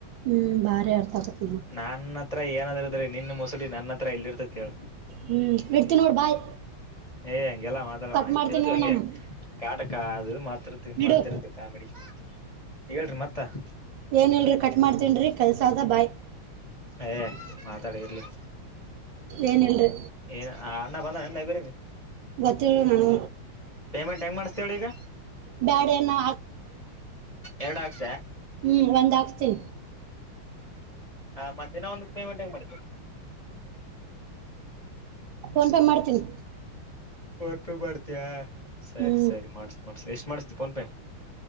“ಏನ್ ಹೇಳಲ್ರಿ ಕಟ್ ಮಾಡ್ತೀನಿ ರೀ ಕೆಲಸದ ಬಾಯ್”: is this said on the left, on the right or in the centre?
Right